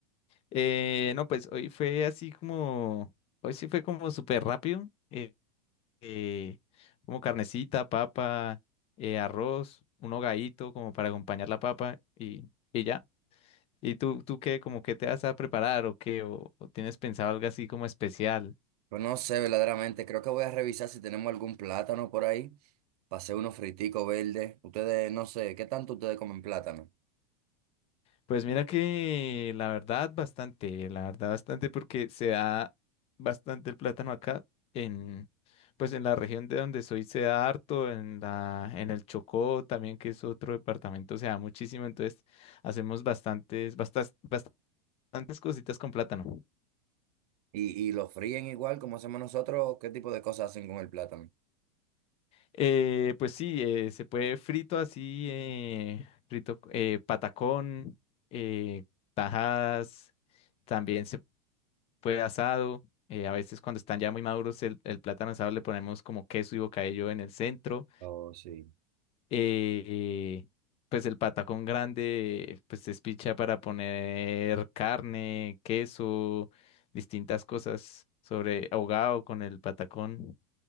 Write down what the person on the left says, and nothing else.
Eh, no, pues hoy fue así como, hoy sí fue como súper rápido, eh, eh, como carnecita, papa, eh, arroz, un hogadito como para acompañar la papa y, y ya. ¿Y tú, tú qué, como qué te vas a preparar o qué? ¿O, o tienes pensado algo así como especial?
Pues mira que la verdad bastante, la verdad bastante porque se da bastante el plátano acá en pues en la región de donde soy se da harto, en la en el Chocó también que es otro departamento se da muchísimo, entonces hacemos bastantes bastas- bastantes cositas con plátano.
Eh, pues sí, eh, se puede frito así, eh, frito eh, patacón, eh, tajadas, también se puede asado. eh, a veces cuando están ya muy maduros el, el plátano asado le ponemos como queso y bocadillo en el centro.
eh, eh, pues el patacón grande eh, pues se espicha para poner carne, queso, distintas cosas sobre ahogado con el patacón.